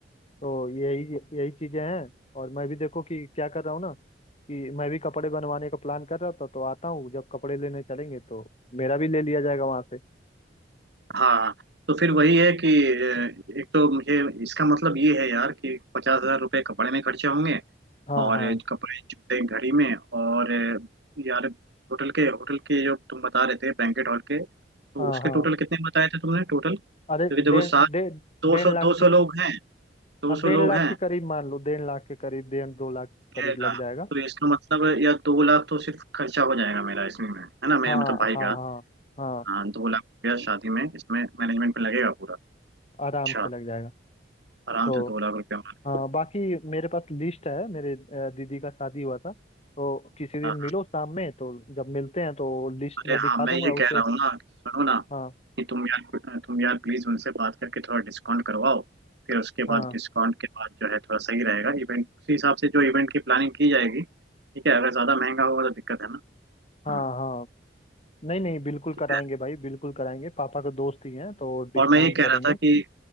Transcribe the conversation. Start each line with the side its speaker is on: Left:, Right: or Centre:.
Left: तो यही यही चीजें हैं और मैं भी देखो कि क्या कर रहा हूँ ना कि मैं भी कपड़े बनवाने का प्लान कर रहा था तो आता हूँ जब कपड़े लेने चलेंगे तो मेरा भी ले लिया जाएगा वहां से
Right: हाँ तो फिर वही है कि अ, एक तो मुझे इसका मतलब ये है यार कि पचास हजार रुपये कपड़े में खर्चे होंगे
Left: हाँ
Right: और
Left: हाँ
Right: कपड़े जूते घड़ी में और अ, यार होटल के होटल के जो तुम बता रहे थे बैंकेट हॉल के तो
Left: हाँ
Right: उसके
Left: हाँ
Right: टोटल कितने बताए थे तुमने टोटल क्योंकि
Left: अरे
Right: देखो
Left: डेढ़
Right: सात
Left: डेढ़
Right: दो
Left: डेढ़
Right: सौ
Left: लाख
Right: दो सौ
Left: के
Right: लोग हैं दो
Left: हाँ
Right: सौ
Left: डेढ़
Right: लोग
Left: लाख
Right: हैं
Left: के करीब मान लो डेढ़ लाख के करीब डेढ़ दो लाख के
Right: डेढ़
Left: करीब लग
Right: लाख
Left: जाएगा
Right: तो इसका मतलब है या दो लाख तो सिर्फ खर्चा हो जाएगा मेरा इसमें में है ना मेरे
Left: हाँ
Right: मतलब भाई
Left: हाँ
Right: का
Left: हाँ हाँ
Right: हाँ दो लाख रुपया शादी में इसमें मैनेजमेंट में लगेगा पूरा अच्छा
Left: आराम से लग जाएगा
Right: आराम
Left: तो
Right: से दो लाख रुपया मान
Left: हाँ बाकी मेरे पास लिस्ट है मेरे अ, दीदी का शादी हुआ था तो किसी दिन
Right: हाँ,
Left: मिलो शाम में तो जब मिलते हैं तो लिस्ट
Right: अरे
Left: में दिखा
Right: हाँ मैं
Left: दूंगा
Right: ये
Left: उसे
Right: कह रहा हूँ ना कि सुनो ना
Left: हाँ
Right: कि तुम यार तुम यार प्लीज उनसे बात करके थोड़ा डिस्काउंट करवाओ फिर उसके
Left: हाँ
Right: बाद डिस्काउंट के बाद जो है थोड़ा सही रहेगा इवेंट उसी हिसाब से जो इवेंट की प्लानिंग की जाएगी ठीक है अगर ज्यादा महंगा होगा तो दिक्कत है ना
Left: हाँ
Right: हाँ
Left: हाँ नहीं नहीं बिल्कुल
Right: ठीक
Left: कराएंगे
Right: है
Left: भाई बिल्कुल कराएंगे पापा के दोस्त ही हैं तो डिस्काउंट
Right: और मैं ये कह
Left: करेंगे
Right: रहा था कि